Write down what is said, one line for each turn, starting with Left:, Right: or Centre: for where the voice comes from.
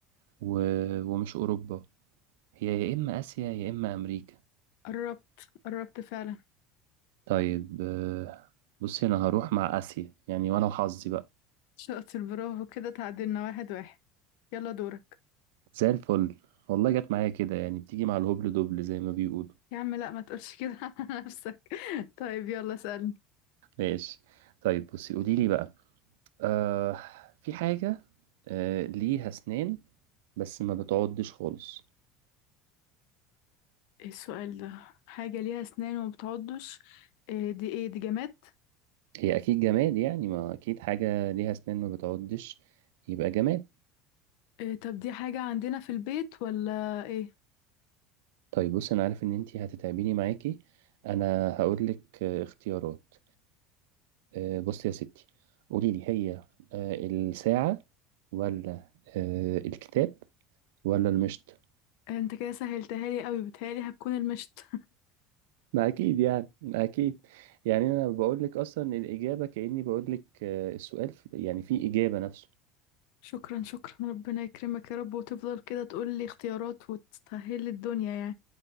Right: و... ومش اوروبا هي يا اما اسيا يا اما امريكا
Left: قربت قربت فعلا
Right: طيب آه، بصي انا هروح مع اسيا يعني وانا وحظي بقى
Left: شاطر برافو كده تعادلنا واحد واحد يلا دورك
Right: زي الفل والله جت معايا كده يعني بتيجي مع الهبل دبل زي ما بيقولوا
Left: يا عم لا ما تقولش كده <laughs> على نفسك طيب يلا سألني
Right: ماشي طيب بصي قولي لي بقى آه في حاجة آه ليها اسنان بس ما بتعضش خالص
Left: ايه السؤال ده حاجة ليها اسنان وما بتعضش إيه دي ايه دي جماد
Right: هي اكيد جماد يعني ما اكيد حاجه ليها اسنان ما بتعضش يبقى جماد
Left: إيه طب دي حاجة عندنا في البيت ولا ايه
Right: طيب بص انا عارف ان انتي هتتعبيني معاكي انا هقول لك اختيارات آه، بصي يا ستي قولي لي هي آه، الساعه ولا آه، الكتاب ولا المشط
Left: انت كده سهلتها لي قوي بتهيألي هتكون المشط
Right: ما اكيد يعني ما اكيد يعني انا بقول لك اصلا الاجابه كاني بقول لك آه، السؤال في- يعني في اجابه نفسه
Left: <laughs> شكرا شكرا ربنا يكرمك يا رب وتفضل كده تقول لي اختيارات وتسهل لي الدنيا يعني